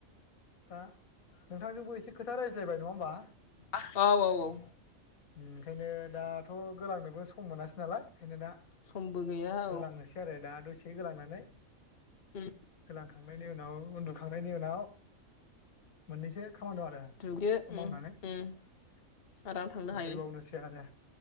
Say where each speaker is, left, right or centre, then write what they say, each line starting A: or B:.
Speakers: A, on the left; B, on the left.
A: दा नोंथांजोंबो एसे खोथा रायज्लायबाय नङा होमबा
B: औ औ औ
A: ओंखायनो दाथ' गोलांनोबो सम मोनासै नालाय बेखायनो दा
B: समबो गैया
A: गोलांनोसै
B: औ
A: आरो दा दसे गोलांनानै
B: उम
A: गोलांखांनो नि उनाव उन्दुखांनायनि उनाव मोननैसो खामानि दं आरो
B: दुगैदो
A: बेखौ मावनानै
B: उम उम आराम थांनो
A: दुगैबावनोसै
B: हायो
A: आरो